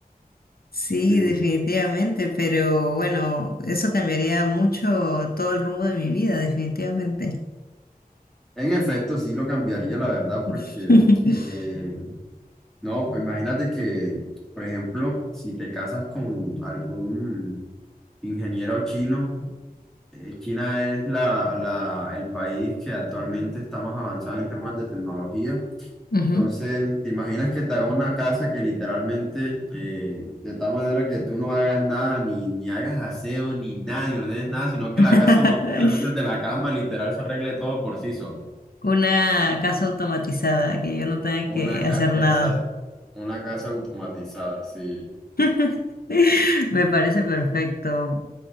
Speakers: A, on the left; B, in the centre.
A: Sí,
B: Sí.
A: definitivamente, pero bueno, eso cambiaría mucho todo el rumbo de mi vida, definitivamente.
B: En efecto, sí lo cambiaría, la verdad, porque
A: <laughs>
B: eh, no, pues imagínate que, por ejemplo, si te casas con algún ingeniero chino, eh, China es la, la- el país que actualmente está más avanzado en temas de tecnología.
A: Ujú.
B: Entonces, ¿te imaginas que te haga una casa que literalmente, eh, de tal manera que tú no hagas nada, ni, ni hagas aseo, ni nada, ni ordenes nada, sino que
A: <laughs>
B: la casa, como tú te levantes de la cama, literal se arregle todo por sí solo?
A: Una casa automatizada, que yo no tenga
B: Una,
A: que
B: ca-
A: hacer
B: exacto,
A: nada.
B: una casa automatizada, sí.
A: <laughs> Me parece perfecto.